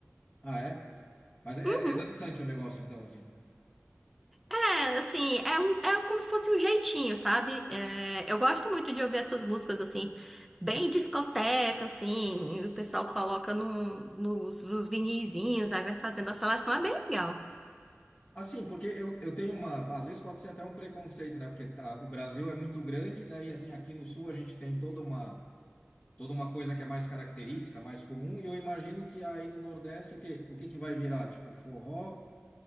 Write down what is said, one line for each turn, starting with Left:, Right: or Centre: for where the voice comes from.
Left: Ah, é? Mas é,
Centre: Uhum.
Left: é dançante o negócio, então, assim.
Centre: É, assim, é, um- é como se fosse um jeitinho, sabe? É, eu gosto muito de ouvir essas músicas, assim, bem discoteca, assim. e O pessoal coloca num, nos, nos vinizinhos, aí vai fazendo a seleção. É bem legal.
Left: Assim, porque eu, eu tenho uma. Às vezes pode ser até um preconceito, né? Porque tá, o Brasil é muito grande, daí, assim, aqui no Sul a gente tem toda uma, toda uma coisa que é mais característica, mais comum, e eu imagino que aí no Nordeste o que, o que que vai virar? Tipo, forró.